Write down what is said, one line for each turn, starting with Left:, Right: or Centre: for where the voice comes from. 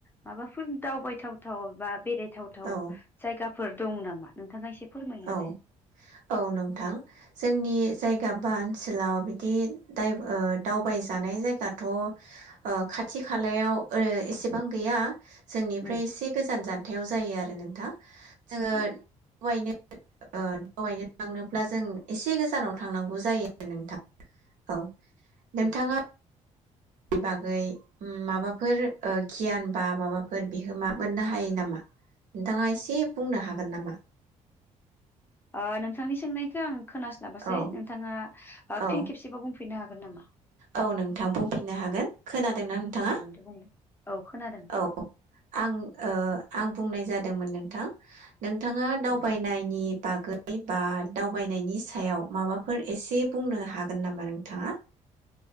Left: माबाफोर दावबायथावथाव बा बेराय थाव- थाव
Right: औ
Left: जायगा <unintelligible> दङ नामा नोंथाङा एसे फोरमायना होलाय
Right: औ औ नोंथां जोंनि जायगा बा ओनसोलाव बिदि दायब -दावबायजानाय जायगाथ' खाथि खालायाव ओ एसेबां गैया। जोंनिफ्राय
Left: उम
Right: एसे गोजान जानथायाव जायो आरो <unintelligible> <unintelligible> जोङो
Left: औ
Right: <unintelligible> ओ दावबायनो थांनोब्ला जों एसे गोजानाव थांनांगौ जायो नोंथां। औ नोंथाङा
Left: उम
Right: बागै माबाफोर गियान बा माबाफोर बिहोमा मोननो हायो नामा नोंथाङा एसे बुंनो हागोन नामा?
Left: ओ नोंथांनि सोंनायखो आं खोनास्लाबासै
Right: औ
Left: नोंथाङा
Right: औ
Left: फिन खेबसेबाव बुंफिननो <unintelligible> <unintelligible> नामा?
Right: औ नोंथां बुंफिननो हागोन खोनादोंना नोंथाङा
Left: औ दे बुंलाय औ खोनादों
Right: औ आं ओ आं बुंनाय जादोंमोन नोंथां। नोंथाङा दावबायनायनि
Left: औ
Right: बागै बा दावबायनायनि सायाव माबाफोर एसे बुंनो
Left: उम
Right: हागोन नामा नों? थाङा?